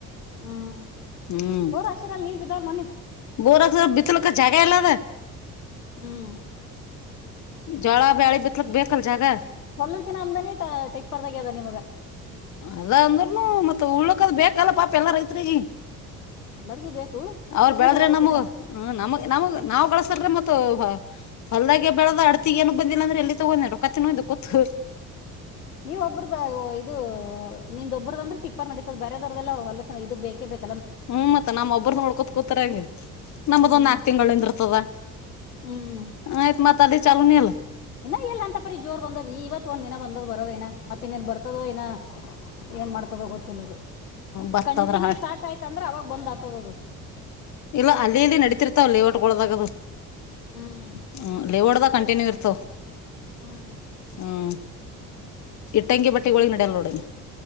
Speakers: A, on the left; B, on the left.
A: ಹ್ಮ್
B: ಹ್ಮ್
A: ಬೋರ್ ಹಾಕ್ಸಿರ ಅಲ್ಲಿ ನೀರ್ ಬಿದ್ದಾವ್ ಮನೆ
B: ಬೋರಕ್ ಬಿತಲ.. ಜಾಗ ಎಲ್ಲದ..
A: ಹ್ಮ್
B: ಜೋಳ ಬ್ಯಾಳಿ ಬಿತ್ಲಕ್ ಬೇಕಲ್ ಜಾಗ
A: ಹಲ್ಲಕಿನ ಅಮ್ದಾನಿ ಟಿಪ್ಪರ್ದಾಗ್ಯದ ನಿಮಗ
B: ಅದ ಅಂದ್ರನು ಮತ್ತ್ ಉಳಕದ್ ಬೇಕಲ್ಲ ಪಾಪ ಎಲ್ಲಾರ ಐತ್ರಿಗ
A: ಎಲ್ಲರಿಗೂ ಬೇಕು
B: ಅವರು
A: ನಿಮಗ್
B: ಬೆಳದ್ರೆ
A: ಹೇಳಕತ್ತೀನಿ
B: ನಮಗ ನಮಗ್ ನಮಗ್ ನಾವ್ ಕಸ ಲ್ ಮತ್ತ ಹೊಲ್ದಾಗೆ ಬೆಳದ ಅಡ್ತಿ ಏನ ಬಂದಿಲ್ಲ ಅಂದ್ರೆ ಎಲ್ಲಿ ತಗೊಂಡೆ ರೊ ಕತ್ತ ನ ಒಂದು ಕೂತ್ತುು ಸ
A: ನೀವ್ ಒಬ್ಬ್ರ ಬ ಇದು ನಿಂದೊಬ್ಬ್ರದ ಅಂದ್ರೆ ಟಿಪ್ಪರ್ ನಡೀತದ ಬೇರೆದವದ್ದಲ್ಲ ಹೊಲ ಇದು ಬೇಕೇ ಬೇಕ
B: ಹ್ಮ್ ಮತ್ತತ್ ನಮ್ಮ್ ಒಬ್ಬ್ರ ನೋಡ್ಕೊತ್ ಕತರ ಹೆಂಗಗೆ ನಮ್ಮದ
A: ಹ್ಮ್
B: ಒಂದ್ ನಾಕ್ ತಿಂಗಳಿಂದ ಇರ್ತದ
A: ಹ್ಮ್
B: ಆಯ್ತ್ ಮತ್ ಅದೇ ಚಲೂ ನೀಲ್
A: ಇನ್ನ ಎಲ್ಲ ಅಂತ ಪರಿ ಜೋರ್ ಬಂದದ್ ಈ ಇವತ್ ಒಂದ್ಿನ ಬಂದದ್ ಬರದ ನ ಮತ್ತ ಇನ್ನಲ್ ಬರ್ತದೋ ಇನ ಏನ್ ಮಾಡ್ತದ ಗೊತ್ತಿಿಲ್ಲ
B: ಬತ್ತ
A: ಕಂಟಿನ್ಯೂ
B: ಅಂದ್ರ ಹಾಳ
A: ಸ್ಟಾರ್ಟ ಆಯ್ತ ಅಂದ್ರೆ ಅವಾಗ ಬಂದ್ ಆತದದು
B: ಇಲ್ಲ ಅಲ್ಲಿ ಇಲ್ಲಿ ನಡೀತಿರ್ತ ಲೇಔಟ್ಗೊಳದಾಗದು
A: ಹ್ಮ್
B: ಹ್ಮ ಲೇವ ಹೊಡ್ದ ಕಂಟಿನ್ಯೂ ಇರ್ತವ
A: ಹ್ಮ್
B: ಹ್ಮ್ ಇಟ್ಟಂಂಗಿ ಬಟ್ಟಿಗಳಳಿ ನಡ್ಯಲ್ ನೋಡೇನ್